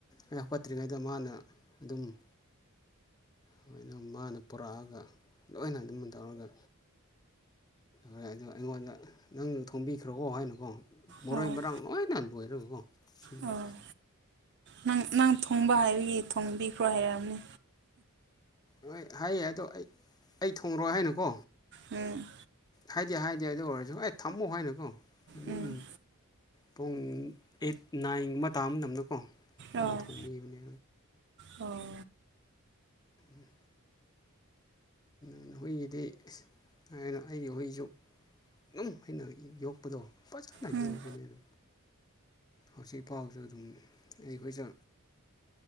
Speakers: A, on the left; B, on the right.
A: ꯑꯩ ꯍꯧꯀꯠꯇ꯭ꯔꯤꯉꯩꯗ ꯃꯥꯅ ꯑꯗꯨꯝ ꯑꯗꯨꯣꯏꯅ ꯃꯥꯅ ꯄꯨꯔꯛꯑꯒ ꯂꯣꯏꯅ ꯑꯗꯨꯝ ꯇꯧꯔꯒ ꯑꯗ ꯑꯩꯉꯣꯟꯗ ꯅꯪ ꯊꯣꯡꯝꯕꯤꯈ꯭ꯔꯣꯀꯣ ꯍꯥꯏꯅꯨꯀꯣ ꯃꯔꯣꯏ
B: ꯑꯣ
A: ꯃꯔꯥꯡ ꯂꯣꯏꯅ ꯂꯣꯏꯔꯒꯀꯣ ꯎꯝ
B: ꯑꯣ ꯅꯪ ꯅꯪ ꯊꯣꯡꯕ ꯍꯥꯏꯕꯒꯤ ꯊꯣꯡꯕꯤꯈ꯭ꯔꯣ ꯍꯥꯏꯔꯛꯑꯝꯅꯦ
A: ꯍꯣꯏ ꯍꯥꯏꯌꯦ ꯑꯗꯣ ꯑꯩ ꯑꯩ ꯊꯣꯡꯉꯣꯏ ꯍꯥꯏꯅꯨꯀꯣ
B: ꯎꯝ
A: ꯍꯥꯏꯗꯤꯦ ꯍꯥꯏꯗꯦ ꯑꯗꯨ ꯑꯣꯏꯔꯁꯨ ꯑꯩ ꯊꯝꯃꯣ ꯍꯥꯏꯅꯀꯣ ꯑꯗꯨꯝ
B: ꯎꯝ
A: ꯄꯨꯡ ꯑꯩꯠ ꯅꯥꯏꯟꯒꯨꯝꯕ ꯇꯥꯕ ꯃꯇꯝꯗꯀꯣ ꯑꯩꯅ
B: ꯑꯣ
A: ꯊꯣꯡꯕꯤꯈꯤꯕꯅꯦ
B: ꯑꯣ
A: ꯎꯝ ꯑꯗꯨ ꯍꯨꯏꯒꯤꯗꯤ ꯀꯩꯅꯣ ꯑꯩꯒꯤ ꯍꯨꯏꯁꯨ ꯑꯗꯨꯝ ꯑꯩꯅ ꯌꯣꯛꯄꯗꯣ ꯐꯖꯅ
B: ꯎꯝ
A: ꯌꯣꯛꯕꯅꯦ ꯑꯗꯨꯝ ꯍꯧꯖꯤꯛ ꯐꯥꯎꯁꯨ ꯑꯗꯨꯝ ꯑꯩꯈꯣꯏꯁ